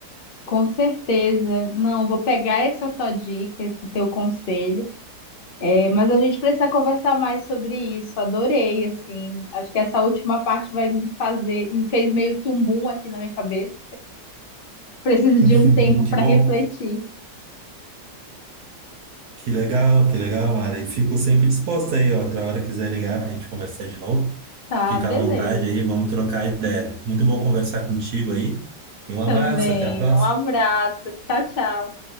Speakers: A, on the left; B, on the right.
A: Com certeza. Não, vou pegar essa tua dica, esse teu conselho. É, mas a gente precisa conversar mais sobre isso. Adorei, assim. Acho que essa última parte vai me fazer, me fez meio que um boom aqui na minha cabeça. Preciso de
B: <laughs>
A: um tempo
B: Que
A: para
B: bom.
A: refletir.
B: Que legal, que legal, Mara. E fico sempre disposto aí, ó. Outra hora quiser ligar para a gente conversar de novo,
A: Tá,
B: fica
A: beleza.
B: à vontade aí, vamos trocar ideia. Muito bom conversar contigo aí. E um abraço,
A: Também.
B: até a próxima.
A: Um abraço. Tchau, tchau.